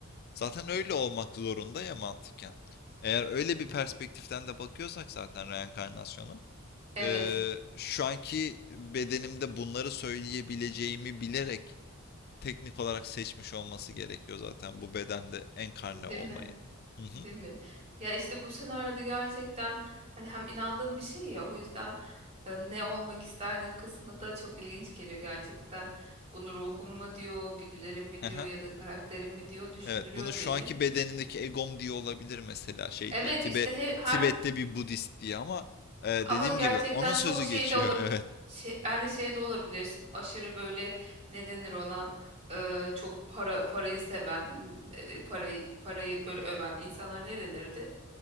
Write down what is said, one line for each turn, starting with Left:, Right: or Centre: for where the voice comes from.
Left: Zaten öyle olmak zorunda ya mantıken. Eğer öyle bir perspektiften de bakıyorsak zaten reenkarnasyona,
Right: Evet,
Left: eee, şu anki bedenimde bunları söyleyebileceğimi bilerek teknik olarak seçmiş olması gerekiyor zaten bu bedende enkarne
Right: değil
Left: olmayı.
Right: mi?
Left: Hı hı.
Right: Değil mi? Ya işte bu senaryoda gerçekten hani hem inandığım bir şey ya o yüzden e, ne olmak isterdin kısmı da çok ilginç geliyor gerçekten. Bunu ruhum mu diyor, güdülerim mi
Left: Hı
Right: diyor
Left: hı.
Right: ya da karakterim mi diyor düşündürüyor
Left: Evet, bunu şu
Right: beni.
Left: anki bedenindeki egom diye olabilir mesela şey
Right: Evet
Left: diye. Tibe,
Right: işte he- her
Left: Tibet'te bir Budist diye ama eee,
Right: ama
Left: dediğim
Right: gerçekten
Left: gibi onun sözü
Right: çok şey
Left: geçiyor
Right: de olabilir.
Left: <laughs> evet.
Right: Şey, yani şey de olabilirsin. Aşırı böyle ne denir ona? E, çok para parayı seven, e, parayı parayı böyle öven insanlar ne denirdi?